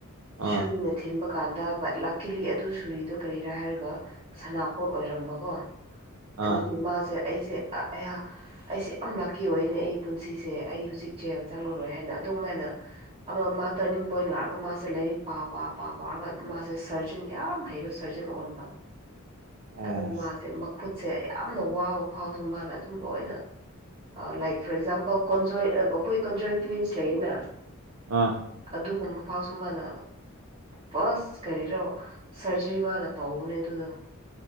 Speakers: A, on the right; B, on the right.
A: ꯑꯥ
B: ꯁꯨꯔꯤꯅ ꯊꯤꯟꯕ ꯀꯥꯟꯗ ꯕꯠ ꯂꯛꯀꯤꯂꯤ ꯑꯗꯨ ꯁꯣꯔꯤꯗꯨ ꯀꯔꯤꯔꯥ ꯍꯥꯏꯔꯒ ꯁꯅꯥꯄꯣꯠ ꯑꯣꯏꯔꯝꯕꯀꯣ
A: ꯑꯥ
B: ꯑꯗꯨꯗꯤ ꯃꯥꯁꯦ ꯑꯩꯁꯦ ꯑꯥ ꯑꯩꯌꯥ ꯑꯩꯁꯦ ꯌꯥꯝ ꯂꯛꯀꯤ ꯑꯣꯏꯅꯦ ꯑꯩ ꯄꯨꯟꯁꯤꯁꯦ ꯑꯩ ꯍꯧꯖꯤꯛ ꯖꯦꯜ ꯆꯪꯉꯔꯣꯏ ꯍꯥꯏꯅ ꯑꯗꯨꯝꯃꯥꯏꯅ ꯑꯃ ꯃꯥ ꯇꯔꯅꯤꯡ ꯄꯣꯏꯟ ꯂꯥꯛꯑꯒ ꯃꯥꯁꯦ ꯂꯥꯏꯔꯤꯛ ꯄꯥ ꯄ ꯄꯥ ꯄꯥꯔꯒ ꯃꯥꯁꯦ ꯁꯔ ꯖꯟ ꯌꯥꯝ ꯍꯩꯕ ꯁ꯭ꯔꯖꯟ ꯑꯣꯟꯕ꯫
A: <inaudible> ꯑꯣ
B: ꯑꯗꯨ ꯃꯥꯁꯦ ꯃꯈꯨꯠꯁꯦ ꯌꯥꯝꯅ ꯋꯥꯕ ꯐꯥꯎꯁꯨ ꯃꯥꯅ ꯑꯗꯨꯝ ꯂꯣꯏꯅ ꯑ ꯂꯥꯏꯛ ꯐꯣꯔ ꯑꯦꯛꯖꯥꯝꯄꯜ ꯀꯣꯟꯖꯣꯏꯟ ꯑ-ꯑꯩꯈꯣꯏ ꯀꯣꯟꯖꯣꯏꯟ ꯇ꯭ꯋꯤꯟꯁ ꯂꯩꯌꯦꯅ꯫
A: ꯑꯥ꯫
B: ꯑꯗꯨꯒꯨꯝꯕ ꯐꯥꯎ ꯁꯨ ꯃꯥꯅ ꯐꯁ ꯀꯔꯤꯔꯣ ꯁꯔꯖꯔꯤ ꯃꯥꯅ ꯇꯧꯕꯅꯦ ꯑꯗꯨꯗꯣ꯫